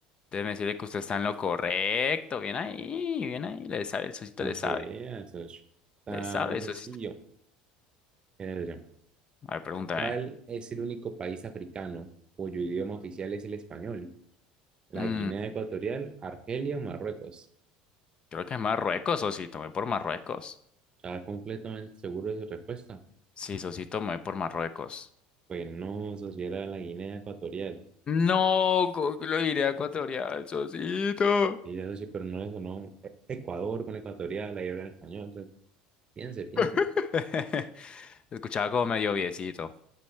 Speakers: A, on the left (about 30°); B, on the right (about 30°).
A: Déjeme decirle que usted está en lo correcto. Bien ahí, bien ahí. Le sabe, el Sosito
B: Para
A: le sabe.
B: que veas, socio. Está
A: Le sabe,
B: muy sencillo.
A: Sosito.
B: Mire,
A: A ver, pregúntame.
B: ¿Cuál es el único país africano cuyo idioma oficial es el español? ¿La
A: Mm,
B: Guinea Ecuatorial, Argelia o Marruecos?
A: creo que es Marruecos, Sosito. Ven por Marruecos.
B: ¿Está completamente seguro de su respuesta?
A: Sí, Sosito, me voy por Marruecos.
B: Pues no, socio, era la Guinea Ecuatorial.
A: No, ¿cómo que lo diré a ecuatorial, Sosito.
B: Y eso sí, pero no le sonó E- Ecuador con ecuatorial, ahí hablan español. Entonces, piense, piense.
A: <laughs> Se Escuchaba como medio viecito.